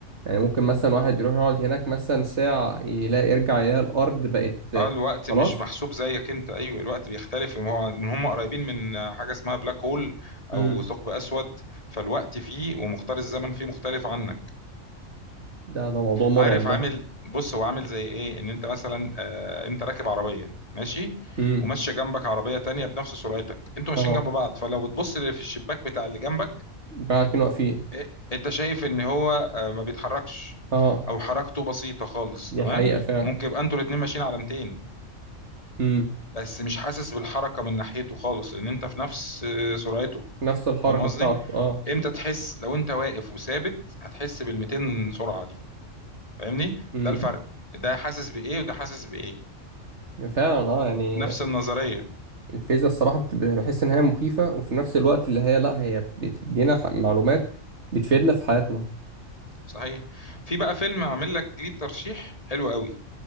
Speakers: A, on the right; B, on the left.
A: يعني ممكن مثلا واحد يروح يقعد هناك مثلا ساعة يلاقي يرجع يلاقي الأرض بقت
B: اه الوقت
A: خلاص
B: مش محسوب زيك انت ايوه الوقت بيختلف إن هو من هم قريبين من حاجه اسمها بلاك هول
A: امم
B: او ثقب اسود فالوقت فيه ومختار الزمن فيه مختلف عنك
A: ده ده موضوع مرعب
B: عارف عامل
A: ده
B: بص هو عامل زي ايه ان انت مثلا آه انت راكب عربيه ماشي
A: امم
B: وماشيه جنبك عربيه تانية بنفس سرعتك انتوا ماشيين
A: اه
B: جنب بعض فلو بتبص في الشباك بتاع اللي جنبك
A: بقى اتنين واقفين
B: إيه؟ انت شايف ان هو آه ما بيتحركش
A: اه
B: او حركته بسيطه خالص
A: دي
B: تمام
A: حقيقة فعلا
B: ممكن يبقى انتوا الاتنين ماشيين على 200
A: امم
B: بس مش حاسس بالحركه من ناحيته خالص لان انت في نفس آه، سرعته
A: نفس الحركة
B: فاهم
A: فاهم
B: قصدي
A: قصدي؟ بتاعته اه
B: امتى تحس لو انت واقف وثابت هتحس بال 200 سرعه دي فاهمني
A: امم
B: ده الفرق ده حاسس بايه وده حاسس بايه
A: فعلا اه يعني
B: نفس النظريه
A: الفيزياء الصراحة بت- بحس إن هي مخيفة وفي نفس الوقت اللي هي لأ هي بتدينا ح- معلومات بتفيدنا في حياتنا
B: صحيح في بقى فيلم عامل لك ليه ترشيح حلو قوي